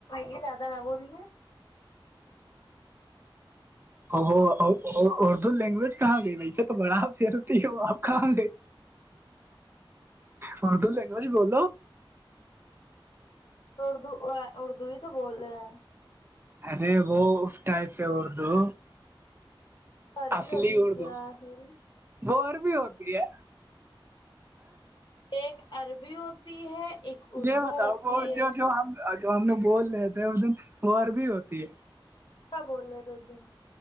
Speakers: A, on the left; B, on the right.
A: بے دادا ہاں بول رہی ہیں
B: ہاں اردو لینگویج کہاں گئی ویسے تو بڑا پھیلتی ہے وہ آپ کہاں گئے اردو لینگوجی بولو
A: تو اردو اردو ہی تو بول رہے ہیں
B: ارے وہ اس ٹائپ سے اردو
A: عربی
B: اصلی
A: ہوتی ہے
B: اردو
A: جاہل
B: وہ عربی ہوتی ہے
A: ایک عربی ہوتی ہے ایک اردو
B: یہ بتاؤ
A: ہوتی
B: وہ
A: ہے
B: جو جو ہم جو ہم لوگ بول رہے تھے وہ دن غور بھی ہوتی ہے
A: کیا بول رہے ہے دو دن